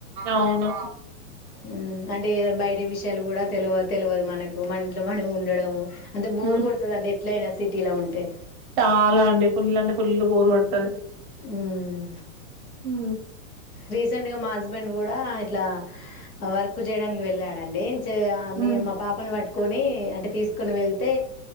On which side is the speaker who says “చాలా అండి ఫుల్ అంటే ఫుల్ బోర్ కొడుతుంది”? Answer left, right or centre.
Right